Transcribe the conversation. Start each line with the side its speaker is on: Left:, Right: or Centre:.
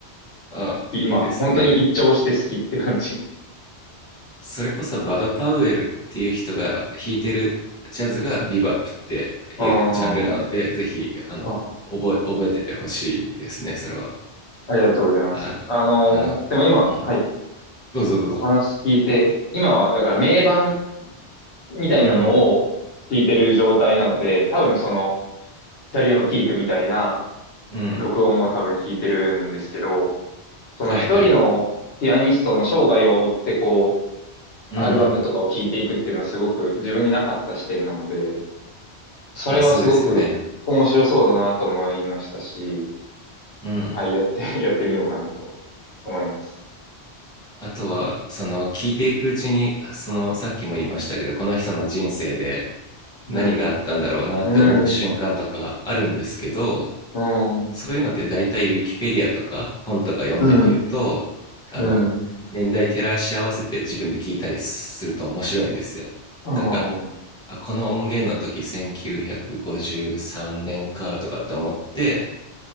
Centre: あ、
Left: 今、
Centre: いいですね。
Left: 本当に一聴して好きって感じ。
Centre: それこそバド・パウエルっていう人が弾いてるジャズがビバップっていうジャンルなので、
Left: <laughs> あー
Centre: ぜひ、あの、
Left: あ
Centre: 覚え、覚えててほしいですね、それは。
Left: ありがとうございます。
Centre: あ、
Left: あの、
Centre: あの、
Left: でも今、
Centre: うん。
Left: はい、
Centre: どうぞどうぞ。
Left: お話聞いて、今は、だから名盤、みたいなのを聞いてる状態なので、
Centre: うん、
Left: 多分その、キャリアのピークみたいな
Centre: うん、うん。
Left: 録音を多分聞いてるんですけど、その一人のピアニストの生涯を追ってこ
Centre: はいはい。
Left: う、
Centre: うん。
Left: アルバムとかを聞いていくっていうのはすごく自分になかった視点なので、それはすごく面白そうだなと思いましたし、
Centre: あ、そうですよね。うん。
Left: はい、やって、<laughs> やってみようかなと思います。
Centre: あとは、その、聞いていくうちに、
Left: うん。
Centre: その、さっきも言いましたけど、この人の人生で
Left: うん、
Centre: 何があったんだろうなって思う瞬間とかあるんですけど、
Left: うん、うん、
Centre: そういうのって大体ウィキペディアとか本とか読んでみると、
Left: うん、
Centre: あの、
Left: うん、うん、
Centre: 年代照らし合わせて自分で聞いたりすると面白いんですよ。
Left: う
Centre: なんか、
Left: ん、
Centre: あ、この音源の時1953年かとかって思って、